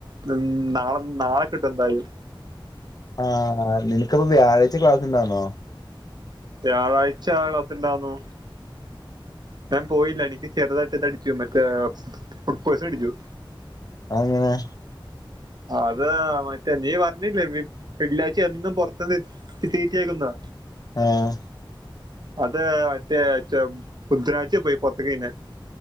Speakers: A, on the right; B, on the left.
A: ന്ന് നാളെ നാളെ കിട്ടും എന്തായും
B: ആഹ് നിനക്കിപ്പം വ്യാഴാഴ്ച ക്ലാസ് ണ്ടാന്നോ?
A: വ്യാഴാഴ്ച ക്ലാസ് ണ്ടാന്നു. ഞാൻ പോയില്ല എനിക്ക് ചെറുതായിട്ട് ഇത് അടിച്ചു മറ്റേ ഫുഡ് പോയ്സൺ അടിച്ചു.
B: അഎങ്ങനെ
A: അത് മറ്റേ നീ പർഞ്ഞില്ലേ വിം വെള്ളിയാഴ്ച്ച എന്നും പൊറത്ത് ന്ന് തി തീറ്റയാക്കുംന്നാ
B: ഏഹ്
A: അത് മറ്റേ ചം ബുദ്രാഴ്ച പോയി പൊർത്ത് ക്ക് തിന്നാൻ